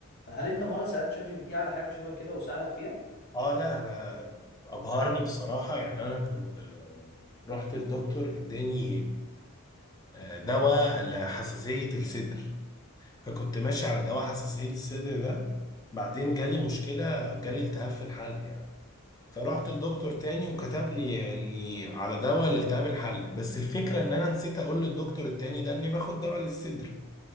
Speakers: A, on the left; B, on the left.
A: فهل انت مره سالت شات جي بي تي على حاجه شبه كده وساعدك فيها
B: اه لا انا ابهرني بصراحه يعني انا كنت آه، رحت الدكتور اداني آه، دواء لحساسيه الصدر فكنت ماشي على دواء حساسية الصدر ده بعدين جالي مشكلة جالي التهاب في الحلق يعني فرحت للدكتور تاني وكتب لي يعني على دواء لالتهاب الحلق بس الفكرة ان انا نسيت اقول للدكتور التاني ده اني باخد دواء للصدر